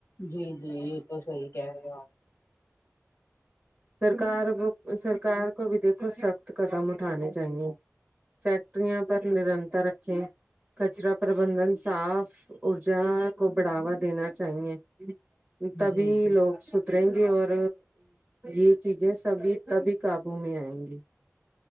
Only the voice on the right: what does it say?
سرکار کو سرکار کو بھی دیکھو سخت قدم اٹھانے چاہیے فیکٹریاں پر نرنتر رکھیں کچرا پربندھن صاف اور جھاڑ کو بڑھاوا دینا چاہیے تبھی
لوگ سدھریں گے اور یہ چیزیں سبھی تبھی قابو میں آئیں گی